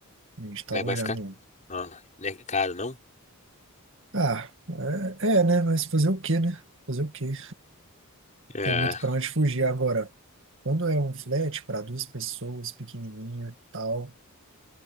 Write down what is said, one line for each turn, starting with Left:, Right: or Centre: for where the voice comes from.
Right: A gente tava
Left: Mas
Right: olhando.
Left: vai ficar, ah, né, caro, não?
Right: Ah, é, é, né? Mas fazer o quê, né? Fazer o quê?
Left: É.
Right: Tem muito pra onde fugir agora. Quando é um flat para duas pessoas, pequenininho e tal.